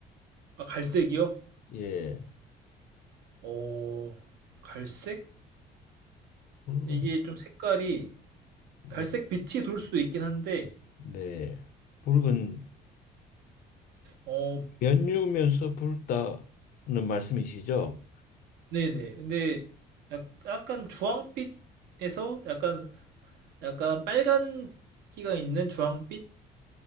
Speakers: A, on the right (about 75°); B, on the left (about 60°).
A: 아, 갈색이요?
B: 예,
A: 어, 갈색?
B: 붉은.
A: 이게 좀 색깔이
B: 네,
A: 갈색 빛이 돌 수도 있긴 한데,
B: 네, 붉은
A: 어,
B: 면유면서 붉다는 말씀이시죠?
A: 네네. 근데 약, 약간 주황빛에서 약간 약간 빨간기가 있는 주황빛이라고